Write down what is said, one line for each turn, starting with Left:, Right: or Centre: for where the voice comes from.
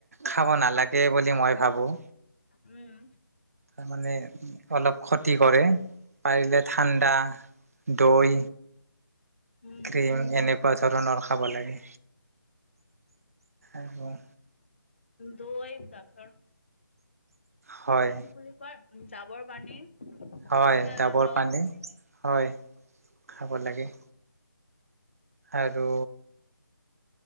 Right: খাব নালাগে বুলি মই ভাবোঁ।
Left: উম,
Right: তাৰমানে অলপ ক্ষতি কৰে, পাৰিলে ঠাণ্ডা দৈ
Left: উম
Right: ক্ৰীম এনেক কোৱা ধৰণৰ খাব লাগে আৰু
Left: দৈ চাছৰ
Right: হয়,
Left: কি বুলি কয় ডাবৰ পানী
Right: হয়
Left: কুঁহিয়াৰৰ
Right: ডাবৰ
Left: ৰস
Right: পানী হয় খাব লাগে। আৰু